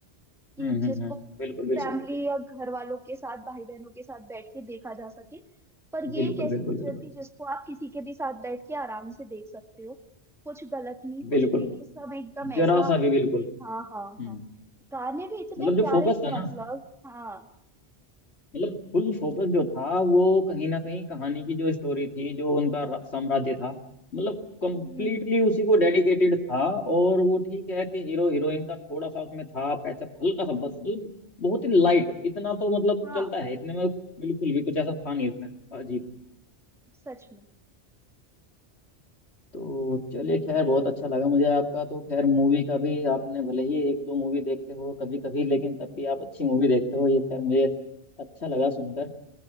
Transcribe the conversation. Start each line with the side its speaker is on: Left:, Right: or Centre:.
Centre: कि
Left: हम्म
Centre: जिसको
Left: हम्म हम्म बिल्कुल बिल्कुल
Centre: फैमिली
Left: बिल्कुल
Centre: या घर वालों के साथ भाई बहनों के साथ बैठ के देखा जा सके पर ये
Left: बिल्कुल
Centre: एक ऐसी
Left: बिल्कुल
Centre: पिक्चर
Left: बिल्कुल
Centre: थी जिसको आप किसी के भी साथ बैठ के आराम से देख सकते हो कुछ गलत नहीं कुछ
Left: बिल्कुल
Centre: भी नहीं सब एकदम ऐसा
Left: जरा सा भी बिल्कुल
Centre: कि हाँ हाँ
Left: हम्म
Centre: हाँ गाने भी इतने
Left: मतलब जो
Centre: प्यारे
Left: फोकस
Centre: थे
Left: था ना
Centre: मतलब हाँ
Left: मतलब फुल फोकस जो था वो कहीं ना कहीं कहानी की जो स्टोरी थी जो उनका रा- साम्राज्य था मतलब कंप्लीटली
Centre: हम्म हम्म हम्म।
Left: उसी को डेडिकेटेड था और वो ठीक है कि हीरो हीरोइन का थोड़ा सा उसमें था पैचअप हल्का सा बस मतलब बहुत ही लाइट इतना तो मतलब
Centre: हाँ
Left: चलता है इतने में बिल्कुल भी कुछ ऐसा था नहीं इसमें अजीब
Centre: सच में
Left: तो चलिए खैर बहुत अच्छा लगा मुझे आपका तो खैर मूवी का भी आपने भले ही एक दो मूवी देखते हो कभी कभी लेकिन तब भी आप अच्छी मूवी देखते हो ये खैर मुझे अच्छा लगा सुनकर